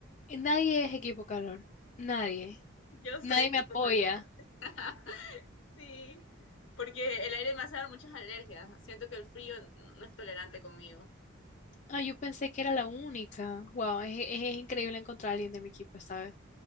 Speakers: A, on the left; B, on the left.
A: nadie es equipo calor. Nadie.
B: Yo soy
A: Nadie
B: equipo
A: me apoya.
B: calor. <laughs> Sí, porque el aire me hace dar muchas alergias. Siento que el frío no, no es tolerante conmigo.
A: Ah, yo pensé que era la única. Wow, es, es- es increíble encontrar a alguien de mi equipo, ¿sabes?